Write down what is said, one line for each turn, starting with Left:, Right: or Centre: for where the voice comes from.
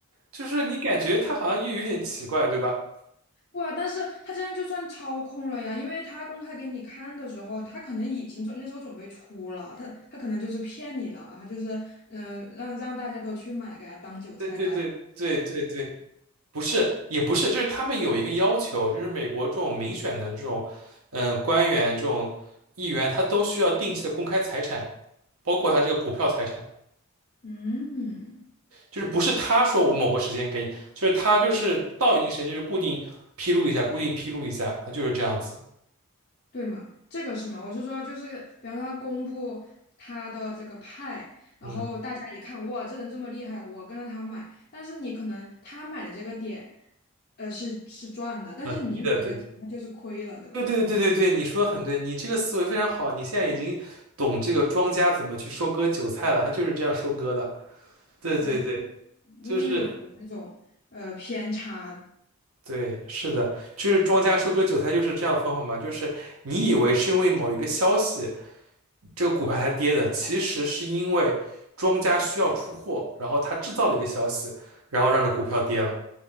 Right: 就是你感觉他好像又有点奇怪，对吧？
Left: 不啊，但是他这样就算操控了呀，因为他公开给你看的时候，他可能已经准那时候准备出了，他他可能就是骗你了，他就是嗯、呃让让大家都去买，给他当韭菜，
Right: 对对对对对对，
Left: 给他
Right: 不是，也不是，就是他们有一个要求，就是美国这种民选的这种，嗯、官员这种议员，他都需要定期的公开财产，包括他这个股票财产，
Left: 嗯，
Right: 就是不是他说我某个时间给你，就是他就是到一定时间就是固定披露一下，固定披露一下，他就是这样子。
Left: 对嘛，这个是嘛，我是说就是个比方说他公布他的这个派，然后大家一看哇，
Right: 嗯，
Left: 这人这么厉害，我跟着他买，但是你可能他买的这个点呃是是赚的，但是你买这个点他就是亏了，
Right: 很低的，对对
Left: 对吧？
Right: 对对对对对，你说的很对，你这个思维非常好，你现在已经懂这个庄家怎么去收割韭菜了，他就是这样收割的。对对对，
Left: 嗯。那就有有那种呃偏差。
Right: 就是。对，是的，就是庄家收割韭菜就是这样的方法嘛，就是你以为是因为某一个消息，这个股票才跌的，其实是因为庄家需要出货，然后他制造了一个消息，然后让这股票跌了，